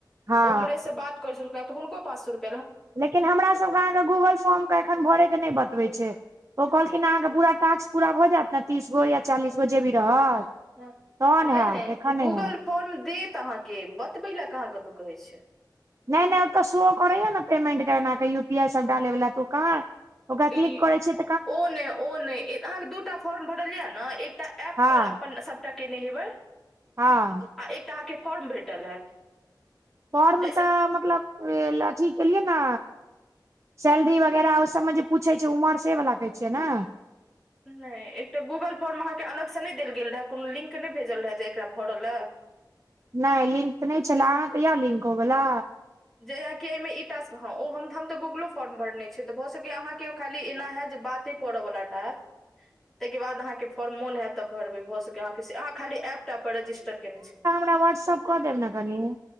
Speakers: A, on the right (about 40°); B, in the centre.
A: हँ
B: ओ हमरे से बात कर छलक हं तऽ हुनको पास स रुपा
A: लेकिन हमरासभके अहाँके गूगल फॉर्मके एखन भरयके नहि बतबै छय ओ कहलखिन अहाँके पूरा टास्क पूरा भऽ जायत ने तीस गो या चालीस गो जे भी रहत
B: हं
A: तहन
B: नहि
A: हैत
B: नहि
A: एखन
B: गूगल
A: हैत
B: फॉर्म देत अहाँके बतबै लए कह अहाँ कतहु कहै छ
A: नय नय ओ तऽ सेहो करैए ने पेमेन्टके एनाकऽ यू पी आइ सभ डालैवला तू कह तऽ
B: ई
A: कलिकै छै
B: ओ नय ओ नहि अहाँकेँ दूटा फॉर्म भरल यए ने एकटा एप्प
A: हँ
B: पर अपन तऽ के नेहेबै
A: हँ
B: आ एकटा अहाँके फॉर्म भेटल हैत
A: फोर्म
B: जाहिसँ
A: तऽ मतलब अथी केलियै ने सैलरी वगैरह ओहि सब में जे पूछै छै उमर से वला कहै छियै ने
B: नहि एकटा गूगल फोर्म अहाँकेँ अलगसँ नइ देल गेल रहय कोनो लिंक नहि भेजल रहय जे एकरा भरऽ लए
A: नय लिंक तऽ नहि छलै अहाँके यए लिंक हो गेलै
B: जे एहि मे ई टास्क हँ ओ हम हम तऽ गूगलो फॉर्म भरने छिय तऽ भऽ सकैए अहाँके खाली एना हय जे बाते कोर बला टाप
A: <inaudible>
B: तहिके बाद अहाँ के फॉर्म मन हैत तऽ भरब भ सकै अहाँके से अहाँ खाली एप टापर रजिस्टर कने छी
A: वातसप कऽ देब न कनि